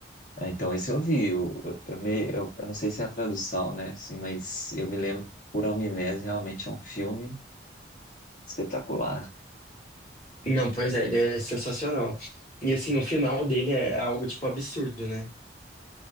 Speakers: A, on the left; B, on the left.
A: É, Então, esse eu vi. Eu, eu, eu me, eu, eu não sei se é a tradução, né? Assim, mas eu me lembro por Amnésia, realmente é um filme espetacular.
B: Não, pois é, ele é sensacional. E assim, o final dele é algo tipo absurdo, né?